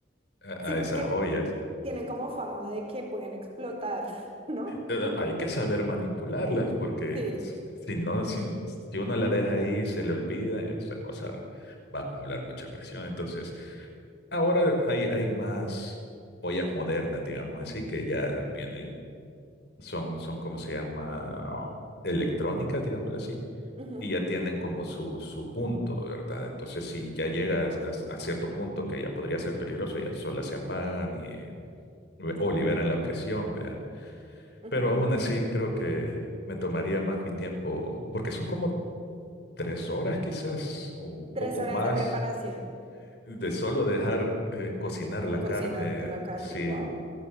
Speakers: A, on the left; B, on the right.
A: a
B: Sí,
A: a
B: porque
A: esas joyas.
B: tienen como fama de que pueden explotar, <laughs> ¿no?
A: Eh, Hay que saber manipularlas porque
B: Sí.
A: s- si no, si, si uno la deja ahí y se le olvida, esa cosa va a acumular mucha presión. Entonces, ahora hay, hay más joyas modernas, digamos así, que ya vienen, son, son, ¿cómo se llama? Electrónicas, digámoslo así
B: Ujú,
A: y ya tienen como su, su punto, ¿verdad? Entonces, si ya llegas a, a cierto punto que ya podría ser peligroso, ya solas se apagan y, o liberan la presión, ¿vea?
B: ujú.
A: Pero aún así creo que me tomaría más mi tiempo, porque son como tres horas quizás, o un poco
B: Tres horas
A: más,
B: de preparación,
A: de solo dejar eh, cocinar
B: eh,
A: la
B: cocinando
A: carne,
B: la carne,
A: sí,
B: wow.